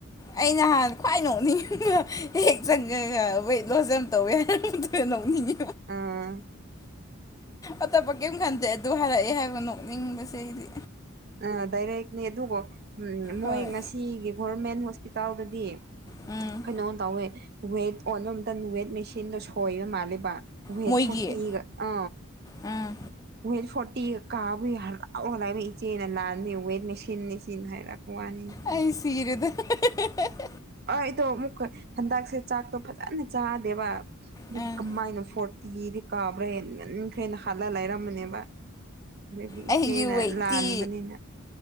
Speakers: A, on the left (about 15°); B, on the right (about 45°).
A: ꯑꯩ ꯅꯍꯥꯟ ꯈ꯭ꯋꯥꯏ ꯅꯣꯛꯅꯤꯡꯉ ꯍꯦꯛ ꯆꯪꯉꯒ ꯋꯦꯠ ꯂꯣꯖꯝ ꯑꯝ ꯇꯧꯋꯦ ꯑꯗꯨ ꯅꯣꯛꯅꯤꯡꯉꯤ
B: ꯑꯥ
A: ꯑꯇꯣꯞꯄ ꯀꯏꯝ ꯈꯟꯗꯦ ꯑꯗꯨ ꯍꯥꯏꯔꯛꯑꯦ ꯍꯥꯏꯕ ꯅꯣꯛꯅꯤꯡꯕꯁꯦ ꯑꯩꯗꯤ
B: ꯑ ꯗꯥꯏꯔꯦꯛꯅꯤ ꯑꯗꯨꯒꯣ ꯎꯝ ꯃꯣꯏ
A: ꯍꯣꯏ
B: ꯉꯁꯤꯒꯤ ꯚꯣꯔꯃꯦꯟ ꯏꯁꯄꯤꯇꯥꯜꯗꯗꯤ
A: ꯎꯝ
B: ꯀꯩꯅꯣ ꯇꯧꯋꯦ ꯋꯦꯠ ꯑꯣꯟꯅꯨꯝꯇꯟ ꯋꯦꯠ ꯃꯦꯁꯤꯟꯗꯣ ꯁꯣꯏꯔ ꯃꯥꯜꯂꯦꯕ ꯋꯦꯠ
A: ꯃꯣꯏꯒꯤ
B: ꯐꯣꯔꯇꯤꯒ ꯑ
A: ꯎꯝ
B: ꯋꯦꯠ ꯐꯣꯔꯠ ꯇꯤ ꯀꯥꯕꯩ ꯍꯔꯥꯎꯂꯥꯏꯃꯤ ꯆꯦꯅ ꯂꯥꯟꯅꯤ ꯋꯦꯠ ꯃꯦꯁꯤꯟꯅꯤ ꯁꯤꯅ ꯍꯥꯏꯔꯛꯄ ꯋꯥꯅꯤ
A: ꯑꯩ <inaudible>
B: ꯑꯥ ꯑꯩꯗꯣ ꯑꯃꯨꯛꯀ ꯍꯟꯗꯛꯁꯦ ꯆꯥꯛꯇꯣ ꯐꯖꯅ ꯆꯥꯗꯦꯕ ꯑꯗꯨ
A: ꯎꯝ
B: ꯀꯃꯥꯏꯅ ꯐꯣ ꯀꯣꯔꯇꯤꯗꯤ ꯀꯥꯕ꯭ꯔꯦ ꯅꯈ꯭ꯔꯦꯅ ꯍꯥꯜꯂ ꯂꯩꯔꯝꯕꯅꯦꯕ ꯑꯗꯒꯤ
A: ꯑꯩꯒꯤ
B: ꯏꯆꯦꯅ
A: ꯋꯦꯠꯇꯤ
B: ꯂꯥꯟꯕꯅꯤꯅ